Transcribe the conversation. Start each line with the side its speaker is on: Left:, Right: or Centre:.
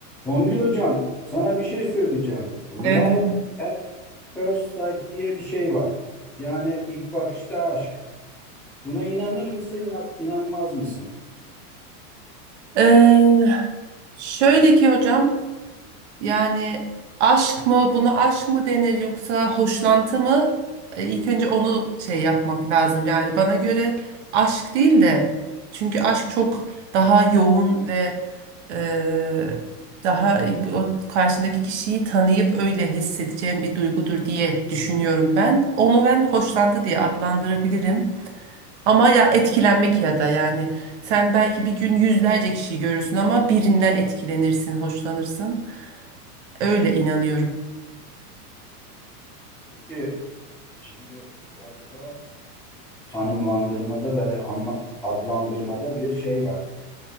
Centre: Songül hocam, sana bir şey söyleyeceğim. Love
Right: Evet. hocam.
Centre: at first sight diye bir şey var. Yani ilk bakışta aşk. Buna inanır mısın, inan- inanmaz mısın?
Right: Ee, şöyle ki hocam yani aşk mı buna aşk mı denir yoksa hoşlantı mı? Ee, ilk önce onu şey yapmak lazım. Yani bana göre aşk değil de çünkü aşk çok daha yoğun ve e, daha o karşındaki kişiyi tanıyıp öyle hissedeceğim bir duygudur diye düşünüyorum ben. Onu ben hoşlantı diye adlandırabilirim. Ama ya etkilenmek ya da yani sen belki bir gün yüzlerce kişiyi görürsün ama birinden etkilenirsin, hoşlanırsın. Öyle inanıyorum.
Centre: Peki, şimdi galiba tanımlandırmada ve de anla- adlandırmada bir şey var.